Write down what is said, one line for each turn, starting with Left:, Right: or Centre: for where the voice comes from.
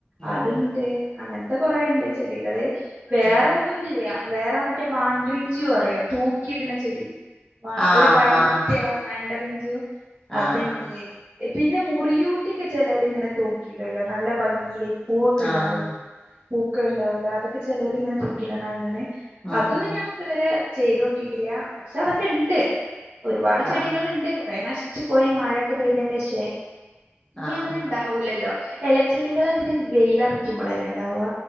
Left: ഉം
Right: അതുണ്ട് അങ്ങനത്തെ കൊറേണ്ട് ചെടികള് വേറൊന്നും
Left: ഉം
Right: വേറെ മറ്റേ വാണ്ട്രിഞ്ചിയോ അറിയോ തൂക്കിയിടണ ചെടി വ
Left: ആഹ്
Right: ഒരു വയലറ്റ്
Left: ആഹ്
Right: കളർ വേണ്ടറിഞ്ചു അത്ണ്ട്
Left: ആഹ് ആഹ് ആഹ്
Right: പിന്നെ മുറിയൂട്ടിയക്കെ ജനലിൽ ഇങ്ങനെ തൂക്കീടുല്ലോ നല്ല ഭംഗിയില് പൂവൊക്കെ ഉണ്ടാവൂല്ലോ
Left: ആഹ്
Right: പൂക്കൾ ഉണ്ടാവൂല്ലോ അതൊക്കെ ചെലവര് ഇങ്ങനെ തൂക്കിയിടണ കണ്ടോണെ
Left: ഉം
Right: അതൊന്നും
Left: ഉം
Right: ഞാൻ ഇതുവരെ ചെയ്ത് നോക്കിട്ടില്ല പക്ഷെ അതൊക്കെ ഇണ്ട് ഒരുപാട് ചെടികളുണ്ട്
Left: ആഹ് ആഹ്
Right: കൊറെ നശിച്ചു പോയി മഴയൊക്കെ പെയ്തന്റെ ശേഷേ നീ
Left: ആഹ്
Right: അങ്ങനെ
Left: ആഹ്
Right: ഇണ്ടാവൂലല്ലോ ഇലച്ചെടികൾ അതിന് വെയിലറക്കുമ്പോളല്ല ഉണ്ടാവുക